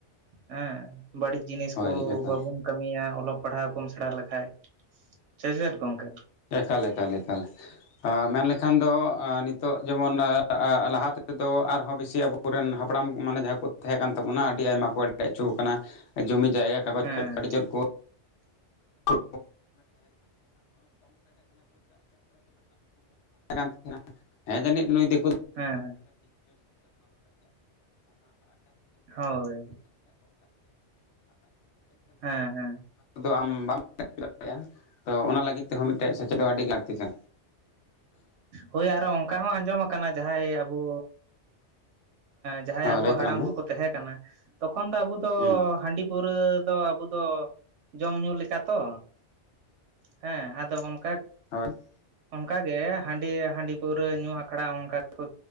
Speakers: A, on the right (about 85°); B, on the left (about 80°).
A: ᱦᱮᱸ᱾ ᱵᱟᱹᱲᱤᱡ ᱡᱤᱱᱤᱥ
B: ᱦᱳᱭ
A: ᱠᱚ
B: ᱮᱠᱟᱞ
A: ᱵᱟᱵᱩᱱ ᱠᱟᱹᱢᱤᱭᱟ ᱚᱞᱚᱜ ᱯᱟᱲᱦᱟᱣ ᱠᱚᱢ ᱥᱮᱬᱟ ᱞᱮᱠᱷᱟᱡ᱾ ᱥᱮ ᱪᱮᱫ ᱜᱚᱝᱠᱮ?
B: ᱮᱠᱟᱞ ᱮᱠᱟᱞ ᱮᱠᱟᱞ ᱢᱮᱱᱞᱮᱠᱷᱟᱱ ᱫᱚ ᱛᱚᱜ ᱡᱚᱢᱚᱱ ᱞᱟᱦᱟ ᱛᱮᱫᱚ ᱟᱨᱦᱚᱸ ᱵᱤᱥᱤ ᱟᱵᱚᱨᱮᱱ ᱦᱟᱯᱲᱟᱢ ᱢᱟᱱᱮ ᱡᱟᱦᱟᱸᱭ ᱠᱚ ᱛᱟᱦᱮᱸ ᱠᱟᱱ ᱛᱟᱵᱚᱱᱟ ᱟᱹᱰᱤ ᱟᱭᱢᱟ ᱠᱚ <unintelligible> ᱦᱚᱪᱚ ᱟᱠᱟᱱᱟ ᱡᱩᱚᱢᱤ ᱡᱟᱭᱜᱟ ᱠᱟᱜᱚᱡᱽ
A: ᱦᱮᱸ
B: ᱠᱷᱚᱡ ᱟᱹᱰᱤ ᱡᱳᱨ ᱠᱚ <unintelligible> ᱠᱟᱱ ᱛᱟᱦᱮᱱᱟ ᱦᱮᱸ ᱡᱟᱹᱱᱤᱡ ᱱᱩᱭ ᱫᱤᱠ <unintelligible>
A: ᱦᱮᱸ ᱦᱳᱭ ᱦᱮᱸ ᱦᱮᱸ
B: <unintelligible> ᱟᱢ ᱵᱟᱢ <unintelligible> ᱛᱚ ᱚᱱᱟ ᱞᱟᱹᱜᱤᱫ ᱛᱮᱦᱚᱸ ᱢᱤᱫᱴᱮᱡ ᱥᱮᱪᱮᱫᱚᱜ ᱟᱹᱰᱤ ᱞᱟᱹᱠᱛᱤ ᱠᱟ᱾
A: ᱦᱳᱭ ᱟᱨᱚ ᱚᱱᱠᱟ ᱦᱚᱸ ᱟᱸᱡᱚᱢ ᱟᱠᱟᱱᱟ ᱡᱟᱦᱟᱸᱭ ᱟᱵᱚ ᱡᱟᱦᱟᱸᱭ
B: ᱦᱚᱸ
A: ᱟᱵᱚ
B: ᱞᱟᱹᱭ ᱛᱟᱞᱟᱝ
A: ᱦᱟᱲᱟᱢ
B: ᱢᱮ
A: ᱠᱚᱠᱚ ᱛᱟᱦᱮᱸ ᱠᱟᱱᱟ ᱛᱚᱠᱷᱚᱱ ᱫᱚ ᱟᱵᱚ ᱫᱚ
B: ᱦᱩᱸ
A: ᱦᱟᱺᱰᱤ ᱯᱩᱨᱟᱹ ᱫᱚ ᱟᱵᱚ ᱫᱚ ᱡᱚᱢ ᱧᱩ ᱞᱮᱠᱟ ᱛᱚ᱾ ᱦᱮᱸ ᱟᱫᱚ ᱚᱱᱠᱟ
B: <unintelligible>
A: ᱚᱱᱠᱟ ᱜᱮ ᱦᱟᱺᱰᱤ ᱦᱟᱺᱰᱤ ᱯᱟᱹᱣᱨᱟᱹ ᱧᱩ ᱟᱠᱷᱲᱟ ᱚᱱᱠᱟ ᱜᱮᱠᱚ